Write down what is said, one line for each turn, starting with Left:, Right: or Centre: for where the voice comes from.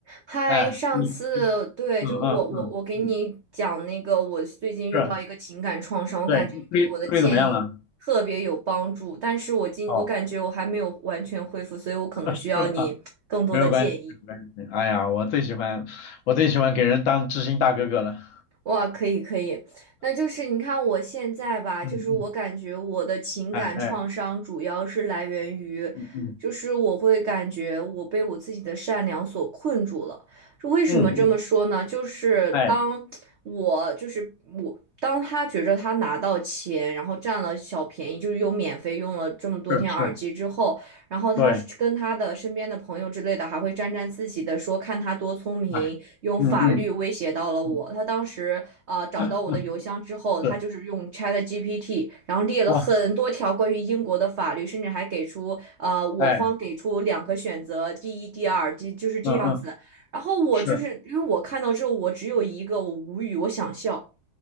Right: 嗨，
Left: 哎，
Right: 上次对，
Left: 你，嗯嗯嗯嗯，
Right: 就是我我我给你讲那个，我最近遇到一个情感创伤，
Left: 是，
Right: 我感觉你给我的建议特别有帮助，
Left: 对，处理处理怎么样了？
Right: 但是我今我感觉我还没有完全恢复，
Left: 哦，
Right: 所以我可能需要你更多的建议。
Left: 是吗？没有关系，没有关系。哎呀，我最喜欢，我最喜欢给人当知心大哥哥了。
Right: 哇，可以可以，那就是你看我现在吧，
Left: 嗯嗯，
Right: 就是我感觉我的情感创伤主要是来源于，
Left: 哎哎，嗯嗯
Right: 就是我会感觉我被我自己的善良所困住了。这为什么这么说呢？
Left: 嗯嗯，
Right: 就是当我就是我，
Left: 哎，
Right: 当他觉着他拿到钱，然后占了小便宜，就是又免费用了这么多天耳机之后。
Left: 是是，
Right: 然后他是跟他的身边的朋友之类的还会沾沾自喜的说，
Left: 对，
Right: 看他多聪明，
Left: 哎，
Right: 用法律威胁到了我。
Left: 嗯嗯嗯，
Right: 他当时呃找到我的邮箱之后，
Left: <laughs> 是，
Right: 他就是用 ChatGPT，然后列了很多条关于英国的法律，
Left: 哇，
Right: 甚至还给出呃我方给出两个选择，
Left: 哎，
Right: 第一、第二，就就是这样子。
Left: 嗯嗯，
Right: 然后我就是因为我看到之后，
Left: 是。嗯
Right: 我只有一个，我无语，我想笑。